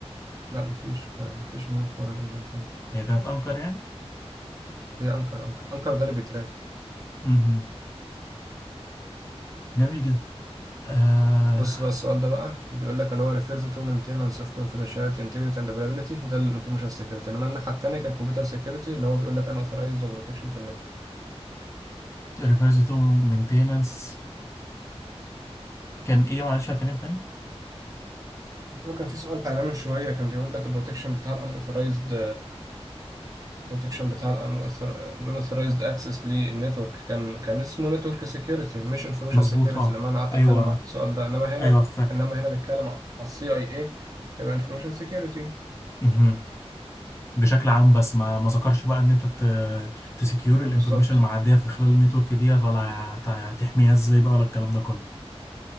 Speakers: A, on the right; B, on the left.
A: لا مفيش مفيش نيو فورين ايجنت
B: هي كانت انكر يعني
A: هي انكر انكر انكر ده اللي بيتراك
B: امم جميل جدا آه...
A: بص بقى السؤال ده بقى بيقول لك اللي هو refers to maintenance of confidentiality integrity and availability ده ال information security انما الناحيه التانيه كان computer security اللي هو بيقول لك unauthorized و protection في النتورك
B: ريفرز تو مينتيننس كان ايه معلش يا كريم تاني
A: مش هو كان في سؤال حاليا من شويه كان بيقول لك البروتكشن بتاع ال unauthorized البروتكشن بتاع الانثورايزد اكسس للنتورك كان كان اسمه نتورك سيكيورتي مش انفورميشن
B: مظبوط
A: سيكيورتي
B: اه
A: لما انا قعدت
B: ايوه
A: اتكلم معاك في السؤال ده انما هنا
B: ايوه فاك
A: انما هنا بيتكلم على السي اي اي فيبقى انفورميشن سيكيورتي
B: مهم. بشكل عام بس ما ما ذكرش بقى ان انت تسكيور
A: اه
B: الانفورميشن
A: بالظبط
B: اللي معديه في خلال النيتورك ديت ولا هت- هتحميها ازاي بقى ولا الكلام ده كله